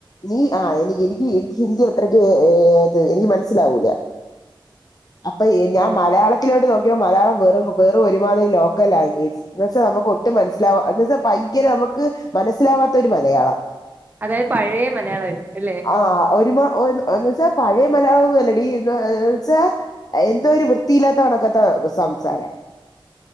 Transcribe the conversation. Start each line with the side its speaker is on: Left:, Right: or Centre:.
Left: നീ ആ എനി എനിക്ക് എനിക്ക് ഹിന്ദി അത്രയ്ക്ക്. എനിക്ക് മനസ്സിലാവൂല അപ്പൊ ഞാൻ
Right: ഓഹ്
Left: മലയാളത്തി ത്തിലോട്ട് നോക്കിയപ്പൊ മലയാളം വെറും വെറും ഒരുമാതിരി ലോക്കലാംഗേജ് എന്ന് വെച്ച് നമുക്ക് ഒട്ടും മൻ സില എന്ന് വെച്ചാ ഭയങ്കര അമുക്ക് മനസ്സിലാവാത്ത ഒരു മലയാളം.
Right: അതായത് പഴേ മലയാളായിരിക്കും അല്ലേ.
Left: ആ ഒരു മാ എന്ന് വെച്ചാ പഴയ മലയാളം ഒന്നും അല്ലടി ന്ന് വെച്ചാ എന്തോ ഒരു വൃത്തിയില്ലാത്ത കണക്കത്ത സംസാരം.